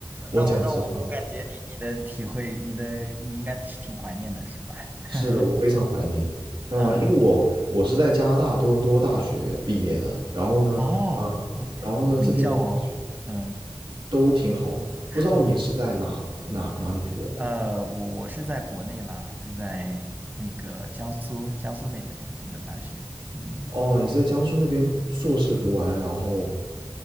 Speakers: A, on the right; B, on the right.
A: 我讲实话，
B: 那我那我我感觉你你的体会，你的你应该是挺怀念的，是吧？<laughs>
A: 是的，我非常怀念，非常怀念，
B: 嗯嗯，
A: 因为我我是在加拿大多伦多大学毕业的，然后呢，
B: 哦，OK，
A: 呃，
B: <laughs>
A: 然后呢，
B: 名校哦，
A: 这边大学
B: 嗯，
A: 都挺好的，
B: <laughs>
A: 不知道你是在哪哪哪里毕业的？
B: 呃，我我是在国内啦，我是在那个江苏江苏那边读的大学，嗯。
A: 哦，你在江苏那边硕士读完，然后